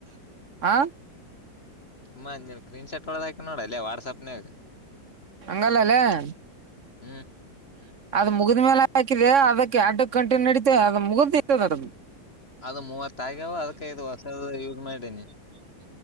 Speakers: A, on the right; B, on the left.
A: ಹಾ,
B: ಮ ನೀನ್ ಸ್ಕ್ರೀನ್ ಶಾಟ್ ಒಡದು ಹಾಕಿನಿ ನೋಡ ಲೆ ವಾಟ್ಸಾಪ್ನಾಗ.
A: ಹಂಗಲ್ಲ ಅಲ್ಲೇ ಹೊಲೆ.
B: ಹ್ಮ್.
A: ಅದ ಮುಗಿದ ಮೇಲೆ ಹಾಕಿದೆ ಅದಕ್ಕೆ ಎಡ್ಕ್ ಕಂಟಿನ್ಯೂ ನಡಿತವೆ ಅದ ಮುಗ್ದದದ.
B: ಅದ ಮೂವತ್ತ ಆಗ್ಯಾವ ಅದ್ಕ ಇದು ಹೊಸದ ಯೂಸ್ ಮಾಡೀನಿ.